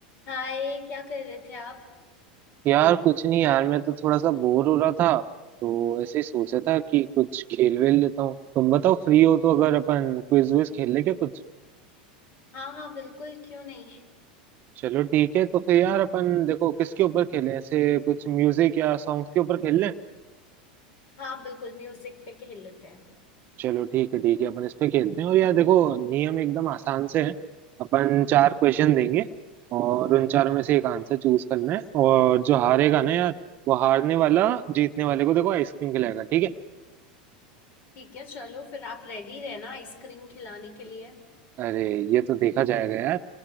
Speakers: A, on the left; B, on the right.
A: हाय क्या कर रहे थे आप
B: यार कुछ नहीं यार मैं तो थोड़ा सा बोर हो रहा था तो ऐसे ही सोचा था कि कुछ खेल वेल लेता हूँ तुम बताओ फ्री हो तो अगर अपन क्विज विज खेल ले क्या कुछ
A: हाँ हाँ बिल्कुल क्यों नहीं
B: चलो ठीक है तो फिर यार अपन देखो किसके ऊपर खेलें ऐसे कुछ म्यूजिक या सॉन्ग्स के ऊपर खेल लें
A: हाँ बिल्कुल म्यूजिक पे खेल लेते हैं
B: चलो ठीक है ठीक है अपन इस पे खेलते हैं और यार देखो नियम एकदम आसान से है अपन चार क्वेश्चन देंगे और उन चारों में से एक आंसर चूज करना है और जो हारेगा ना यार वो हारने वाला जीतने वाले को देखो आइसक्रीम खिलाएगा ठीक है
A: ठीक है चलो फिर आप रेडी रहना आइसक्रीम खिलाने के लिए
B: अरे ये तो देखा जाएगा यार